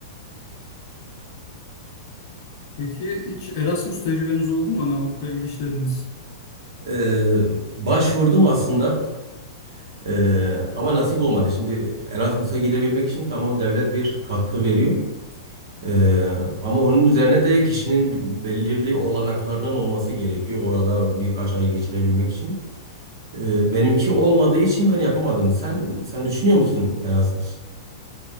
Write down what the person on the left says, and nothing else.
Peki hiç Erasmus tecrübeniz oldu mu? Hani Avrupa'ya gidişleriniz?